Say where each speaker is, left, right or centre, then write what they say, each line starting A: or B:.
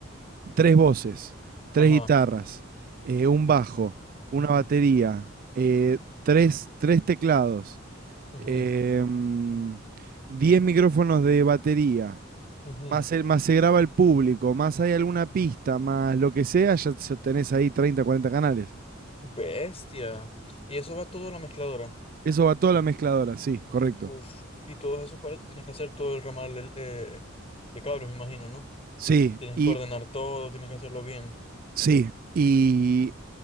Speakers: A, on the right; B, on the left.
A: 3 voces, tres
B: Ajá.
A: guitarras, eh, un bajo, una
B: Ujú,
A: batería, eh, tres tres teclados,
B: ujú,
A: em, 10 micrófonos de batería,
B: ujú.
A: más, el- más se graba el público, más hay alguna pista, más lo que sea, ya s- tenés ahí 30, 40 canales.
B: Bestia. Y eso va todo a la mezcladora.
A: Eso va toda la mezcladora, sí, correcto.
B: Uf. Y todos esos cuadros tú tienes que hacer todo el ramal el- eh, de cables, me imagino, ¿no?
A: Sí,
B: Tienes
A: y
B: que ordenar todo, tienes que hacerlo bien.
A: sí, y